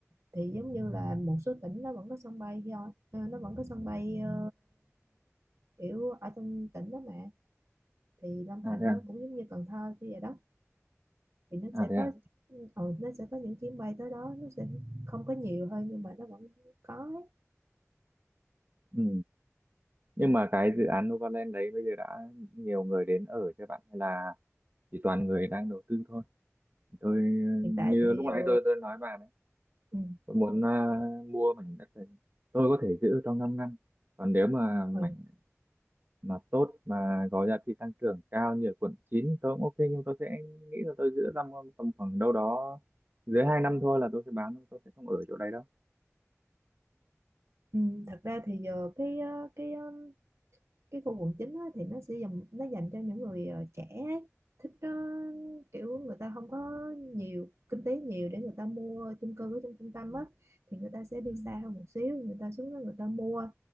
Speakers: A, on the right; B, on the right.
A: thì giống như là một số tỉnh nó vẫn có sân bay thôi ờ, nó vẫn có sân bay ờ, kiểu ở trong tỉnh đó mà thì Long
B: à
A: Thành
B: thế à
A: nó cũng giống như Cần Thơ kia vậy đó thì nó
B: à
A: sẽ
B: thế à
A: có ừ, nó sẽ có những chuyến bay tới đó nó sẽ không có nhiều thôi nhưng mà nó vẫn có ấy.
B: ừ. Nhưng
A: Ừ.
B: mà cái dự án Novaland đấy bây giờ đã nhiều người đến ở cho bạn hay là chỉ toàn người đang đầu tư thôi? Tôi
A: hiện
B: như
A: tại thì
B: lúc nãy
A: ờ,
B: tôi tôi nói bà đấy,
A: ừ,
B: tôi muốn à, mua mảnh đất này, tôi có thể giữ trong 5 năm. Còn nếu mà
A: ừ,
B: mảnh mà tốt mà có giá trị tăng trưởng cao như ở quận 9 tôi cũng ok nhưng tôi sẽ nghĩ là tôi giữ tầm tầm khoảng đâu đó dưới 2 năm thôi là tôi sẽ bán, tôi sẽ không ở chỗ đấy đâu.
A: ừ, thật ra thì giờ cái ờ, cái ờ, cái khu quận chín á, thì nó sẽ dành nó dành cho những người ờ, trẻ ấy, thích ờ, kiểu người ta không có nhiều kinh tế nhiều để người ta mua chung cư ở trong trung tâm á thì người ta sẽ đi
B: Ừ.
A: xa hơn một xíu người ta xuống đó người ta mua